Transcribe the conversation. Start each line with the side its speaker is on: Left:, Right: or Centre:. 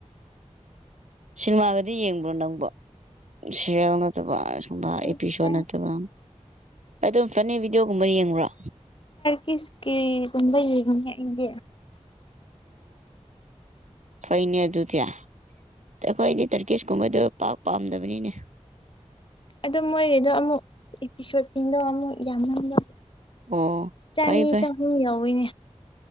Right: ꯁꯤꯅꯦꯃꯥꯒꯗꯤ ꯌꯦꯡꯕ꯭ꯔꯣ ꯅꯪꯕ ꯁꯤꯔ ꯅꯠꯇꯕ
Left: ꯑꯩꯁꯦ
Right: ꯑꯦꯄꯤꯁꯣꯠ ꯅꯠꯇꯕ ꯑꯗꯨꯝ ꯐꯅꯤ ꯚꯤꯗꯤꯑꯣꯒꯨꯝꯕ ꯌꯦꯡꯕꯨꯔꯣ
Left: ꯀꯤꯁꯀꯤꯦꯒꯕ ꯌꯦꯦꯅꯤ ꯏꯦ
Right: ꯐꯣꯏꯅꯦ ꯑꯗꯨ ꯊꯌꯥ ꯀꯣꯏ ꯅ ꯇꯔꯀꯤꯁ ꯀꯨꯝꯃꯗ ꯄꯥꯛ ꯄꯥꯝꯗꯕꯅꯤꯅꯦ
Left: ꯑꯗ ꯃꯣꯏꯒꯤꯗꯣ ꯑꯃꯨꯛ ꯑꯦꯄꯤꯁꯣꯠꯁꯤꯡꯗꯣ ꯑꯃꯨꯛ ꯌꯥꯝ ꯍ
Right: ꯑꯣ
Left: ꯆꯅꯤ
Right: ꯐꯩ ꯐꯩ
Left: ꯆꯍꯨꯝ ꯌꯥꯎꯋꯤꯅꯦ